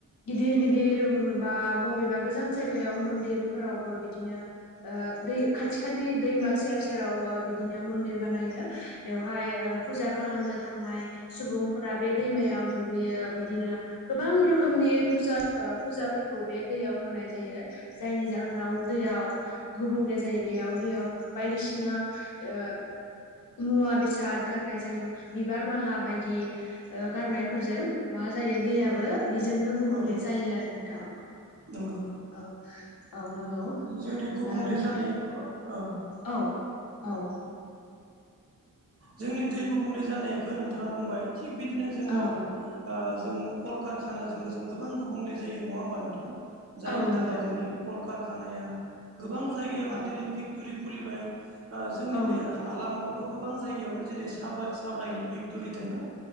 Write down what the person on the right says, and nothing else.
औ
नंगौ
जोंनि गुबुंले
जानाया गोबां औ
जोंनि दै गुबुंले जानायखौ नोंथांङा बुंबाय थिग बिदिनो जोंङो।
जों कलकारखानाजोंबो जों गोबां गुबुंले जायो नंङा होमबा नोंथां। जायनि
थाखाय जोंनि
कलकारखानाया गोबां जायगायावनो
दिनै फेक्टरि खुलिबाय। जोंनि
बे
हालामावबो गोबां जायगायावनो जेरै स सााबलाइनि फेक्ट'रि दंङो।